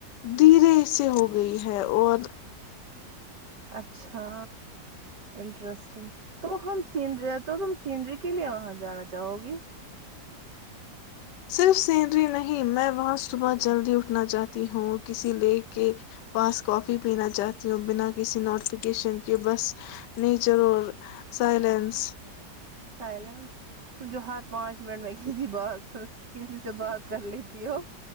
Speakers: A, on the left; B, on the right.
A: دھیرے سے ہو گئی ہے اور
B: اچھا انٹرسٹنگ تو ہم سینری تو تم سینری کے لیے وہاں جانا چاہو گی
A: صرف سینری نہیں میں وہاں صبح جلدی اٹھنا چاہتی ہوں کسی لیک کے پاس کافی پینا چاہتی ہوں بنا کسی نوٹیفکیشن کے بس نیچر اور سائلینس
B: سائلینس تم جو ہر پانچ منٹ میں کسی بات کسی سے بات کر لیتی ہو